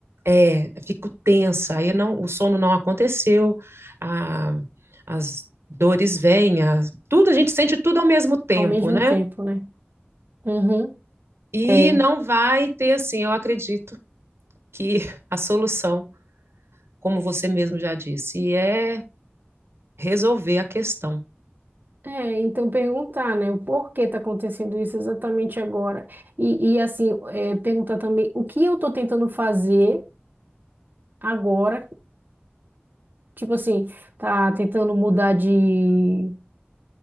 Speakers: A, on the right; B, on the right.
A: é fico tensa aí não o sono não aconteceu a- as dores vêm as- tudo a gente sente tudo ao mesmo tempo
B: ao mesmo
A: né
B: tempo, né? Uhum.
A: e
B: É.
A: não vai ter assim eu acredito que <laughs> a solução como você mesmo já disse é resolver a questão
B: É, então perguntar, né, o porquê tá acontecendo isso exatamente agora. E, e assim, é, perguntar também o que eu tô tentando fazer agora, tipo assim, tá tentando mudar de,